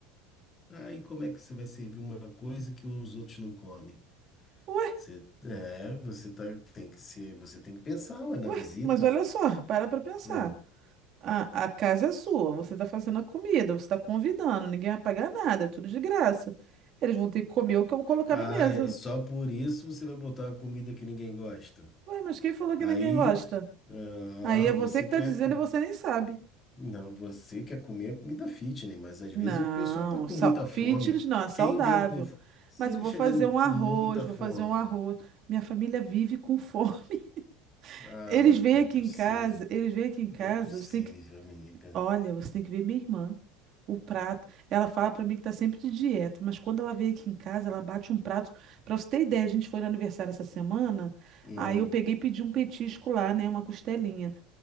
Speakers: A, on the left; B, on the right.
A: Aí como é que você vai servir uma coisa que os outros não comem?
B: Ué,
A: Você, é, você tá, tem que ser, você tem que pensar, ué, na
B: ué,
A: visita.
B: mas olha só, para para pensar.
A: Hum.
B: A, a casa é sua, você tá fazendo a comida, você tá convidando, ninguém vai pagar nada, é tudo de graça. Eles vão ter que comer o que eu colocar
A: Ah,
B: na mesa.
A: e só por isso você vai botar uma comida que ninguém gosta.
B: Ué, mas quem falou que
A: Aí,
B: ninguém gosta?
A: ah,
B: Aí é você
A: você
B: que
A: quer
B: tá dizendo
A: com...
B: e você nem sabe.
A: Não, você quer comer a comida fitness, mas às
B: Não,
A: vezes o pessoal tá com
B: sa-
A: muita
B: fitness
A: fome.
B: não, é saudável.
A: Quem vem com... f- Se
B: Mas
A: eles
B: eu vou
A: chegarem
B: fazer um arroz,
A: com muita
B: vou
A: fome...
B: fazer um arroz. Minha família vive com fome. <laughs>
A: Ah,
B: Eles
A: não é
B: vêm aqui
A: possível.
B: em casa, eles vêm aqui em casa,
A: Não é possível,
B: você tem que.
A: amiga.
B: Olha, você tem que ver minha irmã. O prato. Ela fala pra mim que tá sempre de dieta, mas quando ela vem aqui em casa, ela bate um prato. Pra você ter ideia, a gente foi no aniversário essa semana,
A: Não.
B: aí eu peguei e pedi um petisco lá, né? Uma costelinha.